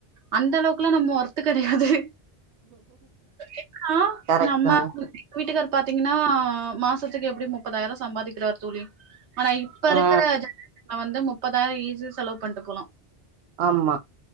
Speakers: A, on the right; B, on the right.
A: அந்த அளவுக்குல்லா நம்ம ஒர்த்து கெடையாது ஏனா
B: கரெக்ட்
A: நம்ம
B: தா
A: வீட்டுக்கார் பாத்தீங்கன்னா மாசத்துக்கு எப்டியு முப்பதாயிரோ சம்பாதிக்கறாரு தோழி ஆனா இப்ப இருக்கிற
B: ஆ
A: ஜன்ரேஷன்ல வந்து முப்பதாயிரோ ஈஸியா செலவு பண்ட்டு போலா
B: ஆமா